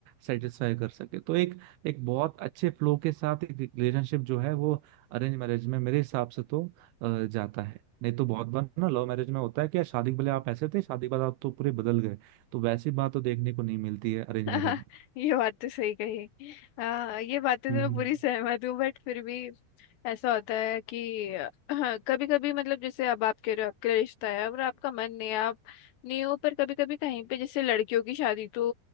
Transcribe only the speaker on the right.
सेटिस्फाई कर सके तो एक एक बहुत अच्छे फ्लो के साथ एक रिलेशनशिप जो है वो अरेंज मैरिज में मेरे हिसाब से तो अ, जाता है नहीं तो बहुत बार ना लव मैरिज में होता है कि यार शादी के पहले आप ऐसे थे शादी के बाद आप तो पूरे बदल गए तो वैसी बात तो देखने को नहीं मिलती है अरेंज
मैरिज में
हम्म